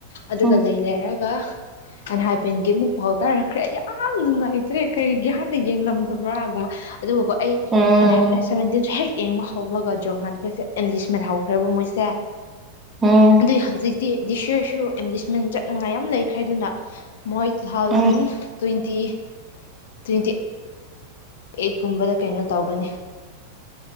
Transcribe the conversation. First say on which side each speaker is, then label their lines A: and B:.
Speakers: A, on the left; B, on the right.
A: ꯑꯗꯨꯒ
B: ꯎꯝ
A: ꯂꯩ ꯂꯩꯔꯒ ꯑꯟꯕꯦꯟꯒꯤ ꯑꯃꯨꯛ ꯄꯥꯎꯊꯔꯛꯈ꯭ꯔꯦ ꯌꯥꯝ ꯅꯨꯡꯉꯥꯏꯇ꯭ꯔꯦ ꯀꯔꯤꯒꯤ ꯍꯥꯟꯅꯗꯦ <unintelligible> ꯑꯗꯨꯕꯣ ꯑꯩ
B: ꯎꯝ ꯎꯝ
A: ꯁꯕꯦꯟꯇꯤꯟꯁꯨ ꯍꯦꯛ ꯌꯦꯡꯕ ꯍꯧꯔꯒ ꯖꯣꯡꯍꯥꯟꯈꯩꯁꯦ ꯑꯦꯟꯂꯤꯁꯃꯦꯟ ꯍꯧꯈ꯭ꯔꯦꯕ ꯃꯣꯏꯁꯦ
B: ꯎꯝ
A: ꯑꯗꯨ ꯍꯧꯖꯤꯛ ꯗꯤꯁꯔꯁꯨ ꯑꯦꯟꯗꯦꯁꯃꯦꯟ ꯆꯠꯅꯤꯡꯉꯥꯏ ꯌꯥꯝ ꯂꯩꯈ꯭ꯔꯦꯗꯨꯅ ꯃꯣꯏ two thousand
B: um
A: twenty twenty ꯑꯩꯠꯀꯨꯝꯕꯗ ꯀꯩꯅꯣ ꯇꯧꯒꯅꯤ